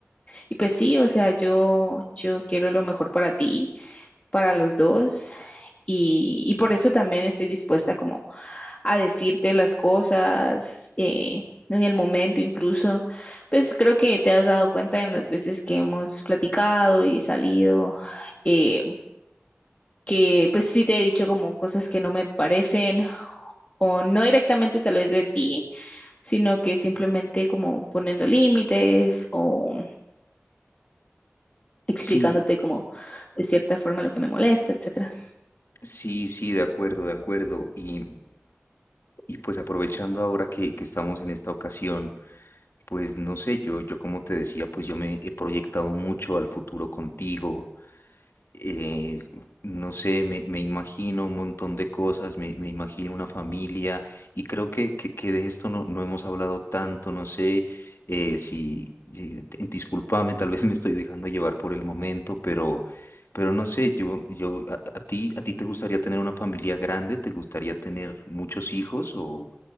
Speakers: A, on the left; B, on the left.
A: y pues sí, o sea, yo, yo quiero lo mejor para ti para los dos y, y por eso también estoy dispuesta como a decirte las cosas eh, en el momento incluso. Pues creo que te has dado cuenta en las veces que hemos platicado y salido, eh, que pues sí te he dicho como cosas que no me parecen o no directamente tal vez de ti, sino que simplemente como poniendo límites o explicándote
B: Sí,
A: como de cierta forma lo que me molesta, etcétera.
B: sí, sí, de acuerdo, de acuerdo. Y, y pues aprovechando ahora que, que estamos en esta ocasión, pues no sé, yo, yo como te decía, pues yo me he proyectado mucho al futuro contigo eh, no sé, me, me imagino un montón de cosas, me, me imagino una familia y creo que, que, que de esto no, no hemos hablado tanto, no sé eh, si, si- eh, te- discúlpame, tal vez me estoy dejando llevar por el momento, pero, pero no sé, yo, yo, a, a ti, a ti te gustaría tener una familia grande, te gustaría tener muchos hijos o,